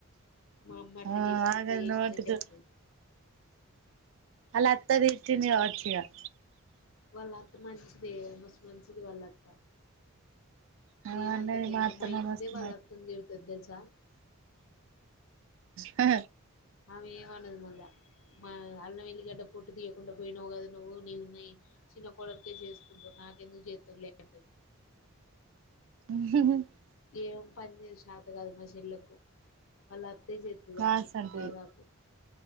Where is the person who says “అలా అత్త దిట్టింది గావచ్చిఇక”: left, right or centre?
Right